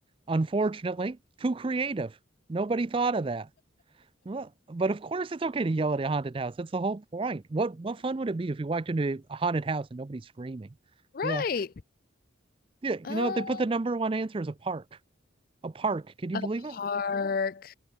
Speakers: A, on the right (about 25°); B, on the left (about 45°).
A: Unfortunately, too creative. Nobody thought of that. Well, but of course it's okay to yell at a haunted house. That's the whole point. What what fun would it be if you walked into a haunted house and nobody's screaming?
B: Right.
A: Yeah. Yeah, you
B: Um,
A: know, they put the number one answer as a park. A park. Can you
B: a
A: believe it?
B: park.